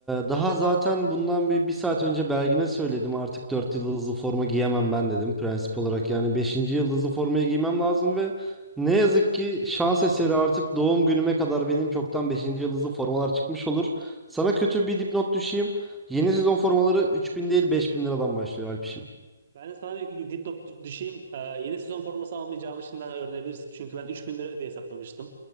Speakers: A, in the centre; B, on the right.
A: daha zaten bundan bir, bir saat önce Belgin'e söyledim. Artık 4 yıldızlı forma giyemem ben dedim prensip olarak. Yani beşinci yıldızlı formayı giymem lazım ve ne yazık ki şans eseri artık doğum günüme kadar benim çoktan beşinci yıldızlı formalar çıkmış olur. Sana kötü bir dipnot düşeyim. Yeni sezon formaları 3000 değil 5000 liradan başlıyor Alpişim.
B: Ben de sana bir dip top dü- düşeyim. Ee, yeni sezon forması almayacağımı şimdiden öğrenebilirsin. Çünkü ben 3000 lira diye hesaplamıştım.